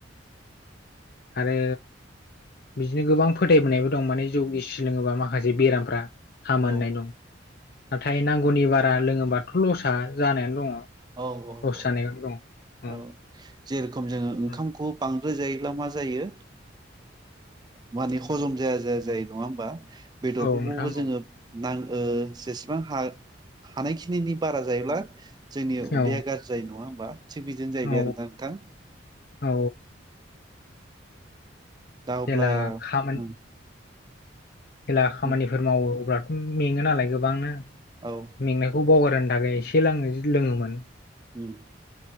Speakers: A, on the left; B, on the right.
A: आरो बिदिनो गोबां । फोथायबोनायबो दं माने जौ गिसि लोङोबा माखासे बेरामफ्रा। हामो होननाय
B: औ
A: दं नाथाय नांगौनि बारा लोङोबाथ' लस जानायानो दङ।
B: औ औ
A: लस
B: औ।
A: जानायखौनो दं
B: औ जे रखम जोङो ओंखामखौ
A: औ
B: बांद्राय जायोब्ला मा जायो। माने हजम जाया जाया जायो नङा होमबा। बेदरफोरखौबो
A: औ नोंथां
B: जोङो
A: औ
B: नां जेसेबां हा हानायखिनिनि बारा जायोब्ला। जोंनि
A: औ
B: उदैया गाज्रि जायो नङा होमबा थिग बिदिनो जाहैबाय
A: औ
B: आरो दा नोंथां।
A: औ
B: दा
A: जेला
B: अब्ला
A: खामानि
B: उम
A: जेला खामानिफोर
B: उम
A: मावो अब्लाथ' मेङो नालाय गोबांनो
B: औ
A: मेंनायखौ बावगारनो थाखाय एसे लोङो लोङोमोन।
B: उम।